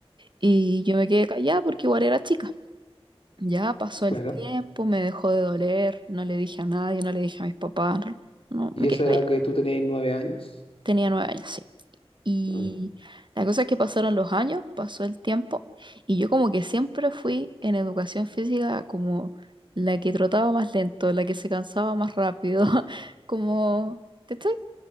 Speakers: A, on the right; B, on the left.
A: Y yo me quedé callada porque igual era chica. Ya pasó
B: claro.
A: el tiempo, me dejó de doler, no le dije a nadie, no le dije a mis papás, no, no,
B: ¿Y
A: me
B: eso
A: quedé
B: era
A: callada.
B: que tú tenías nueve años?
A: Tenía nueve años, sí. Y
B: Mm.
A: la cosa es que pasaron los años, pasó el tiempo, y yo como que siempre fui en educación física como la que trotaba más lento, la que se cansaba más rápido, <laughs> como, ¿cachai?